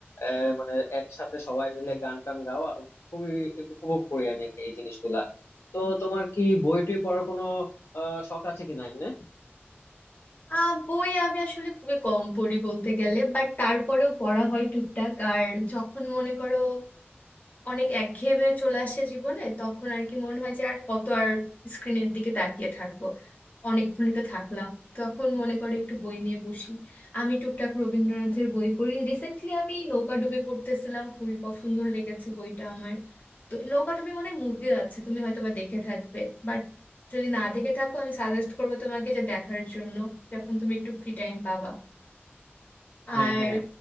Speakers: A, on the left (about 70°); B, on the left (about 40°).
A: আহ, মানে একসাথে সবাই মিলে গান টান গাওয়া খুবই উপভোগ করি আমি আর কি এই জিনিসগুলা তো তোমার কি বই টই পড়ার কোনো আহ, শখ আছে কিনা এমনি
B: আহ বই আমি আসলে খুবই কম পড়ি বলতে গেলে বাট তারপরেও পড়া হয় টুকটাক আর যখন মনে করো অনেক একঘেয়েমে চলে আসে জীবনে তখন আর কি মনে হয় যে আর কত আর স্ক্রিনের দিকে তাকিয়ে থাকবো অনেকক্ষণই তো থাকলাম তখন মনে করে একটু বই নিয়ে বসি আমি টুকটাক রবীন্দ্রনাথের বই পড়ি রিসেন্টলি আমি নৌকাডুবি পড়তেছিলাম খুবই পছন্দ লেগেছে বইটা আমার তো নৌকাডুবি মানে মুভি আছে তুমি হয়তো বা দেখে থাকবে বাট যদি না দেখে থাকো আমি সাজেস্ট করবো তোমাকে যে দেখার জন্য যখন তুমি একটু ফ্রি টাইম পাবা
A: হ্যাঁ
B: আর
A: হ্যাঁ